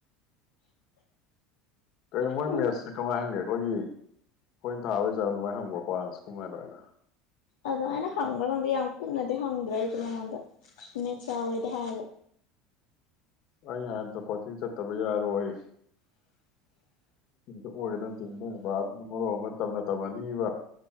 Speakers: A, on the left; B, on the left.
A: ꯀꯩ ꯃꯣꯏ
B: ꯎꯝ
A: ꯃꯦꯁꯁꯤ ꯀꯃꯥꯏ ꯍꯪꯒꯦ ꯑꯩꯈꯣꯏꯒꯤ ꯑꯩꯈꯣꯏꯅ ꯊꯥꯕꯣꯏ ꯆꯥꯕ ꯑꯗꯨꯃꯥꯏꯅ ꯍꯪꯈ꯭ꯔꯣꯀꯣ ꯑꯁ ꯀꯨꯝꯃꯥꯏꯅ ꯑꯗꯨꯃꯥꯏꯅ
B: ꯑꯗꯣ ꯑꯩꯅ ꯍꯪꯕ꯭ꯔ ꯈꯪꯗꯦ ꯌꯥꯝ ꯀꯨꯞꯅꯗꯤ ꯍꯪꯗ꯭ꯔꯦ ꯑꯩꯁꯨ ꯃꯉꯣꯟꯗꯅꯦꯠ ꯆꯥꯎꯋꯦꯗꯤ ꯍꯥꯏꯕ
A: ꯑꯩꯅ ꯍꯥꯏꯕꯗ ꯀꯣꯆꯤꯡ ꯆꯠꯇꯕ ꯌꯥꯔꯣꯏ ꯑꯣꯏꯒꯗꯅ ꯕꯥꯗꯨꯅ ꯃꯔꯣꯝ ꯑꯃ ꯇꯝꯅ ꯇꯝꯍꯟꯅꯤꯡꯉꯤꯕ